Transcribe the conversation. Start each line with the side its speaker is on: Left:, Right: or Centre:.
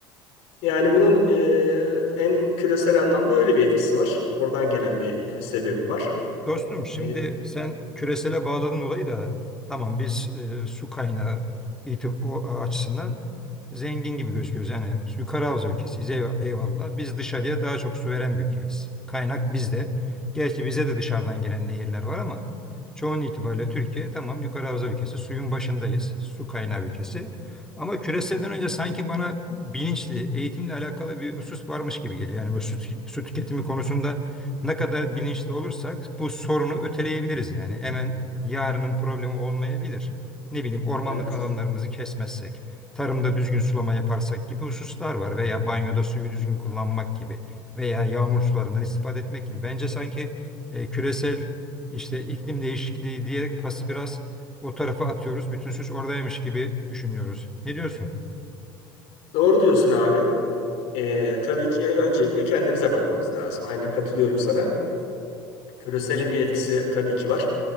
Left: Yani bunun e, en küresel anlamda öyle bir etkisi var. Oradan gelen bir e, sebebi var.
Centre: Dostum şimdi
Left: E,
Centre: sen küresele bağladın olayı da tamam biz e, su kaynağı itib o, e, açısından zengin gibi gözüküyoruz. Yani yukarı havza ülkesiyiz eyv- eyvallah. Biz dışarıya daha çok su veren bir ülkeyiz. Kaynak bizde. Gerçi bize de dışarıdan giren nehirler var ama çoğun itibariyle Türkiye tamam yukarı havza ülkesi suyun başındayız. Su kaynağı ülkesi. Ama küreselden önce sanki bana bilinçli eğitimle alakalı bir husus varmış gibi geliyor. Yani bu su, su tüketimi konusunda ne kadar bilinçli olursak bu sorunu öteleyebiliriz yani. Hemen yarının problemi olmayabilir. Ne bileyim ormanlık
Left: evet.
Centre: alanlarımızı kesmezsek, tarımda düzgün sulama yaparsak gibi hususlar var veya banyoda suyu düzgün kullanmak gibi veya yağmur sularından istifade etmek gibi. Bence sanki e, küresel işte iklim değişikliği diyerek pası biraz o tarafa atıyoruz. Bütün suç oradaymış gibi düşünüyoruz. Ne diyorsun?
Left: Doğru diyorsun abi. E, tabii ki öncelikle kendimize bakmamız lazım. Aynen katılıyorum sana. Küreselin bir etkisi tabii ki var.